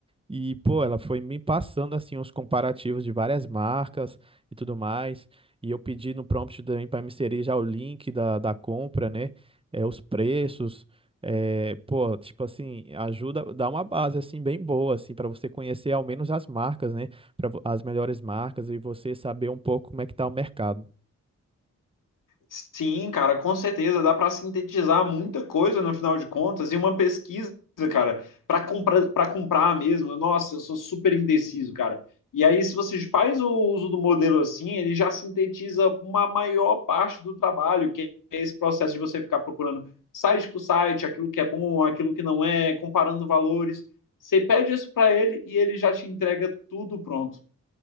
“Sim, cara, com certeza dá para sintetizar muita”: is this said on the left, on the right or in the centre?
Left